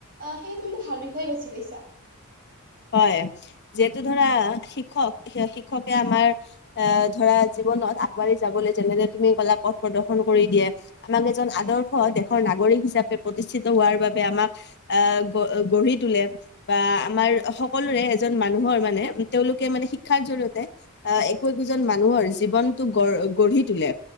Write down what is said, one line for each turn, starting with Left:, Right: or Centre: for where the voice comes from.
Right: আহ সেই তুমিতো ভাল বিষয়ে বেছি লৈছা।
Left: হয়, যিহেতু ধৰা, শিক্ষক শিক্ষকে আমাৰ <unintelligible> ধৰা জীৱনত আগবাঢ়ি যাবলৈ যেনেকে তুমি ক'লা পথ প্ৰদৰ্শন কৰি দিয়ে, আমাক এজন আদৰ্শ দেশৰ নাগৰিক হিচাপে প্ৰতি নিশ্চিত হোৱাৰ বাবে আমাক, আহ গঢ়ি তোলে, বা আমাৰ সকলোৰে এজন মানুহৰ মানে, তেওঁলোকে মানে শিক্ষাৰ জৰিয়তে আহ একো একোজন মানুহৰ জী জীৱনটো গৰ গঢ়ি তুলে,